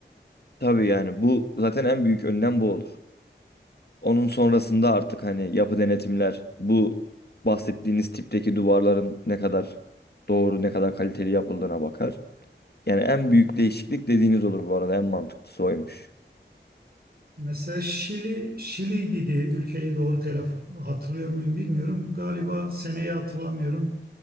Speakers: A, on the left; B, on the right.
A: Tabii yani bu zaten en büyük önlem bu olur. Onun sonrasında artık hani yapı denetimler bu bahsettiğiniz tipteki duvarların ne kadar doğru, ne kadar kaliteli yapıldığına bakar. Yani en büyük değişiklik dediğiniz olur bu arada en mantıklısı oymuş.
B: Mesela Şili, Şili'ydi diye ülkeyi doğru telaffuz hatırlıyor muyum bilmiyorum. Galiba seneyi hatırlamıyorum.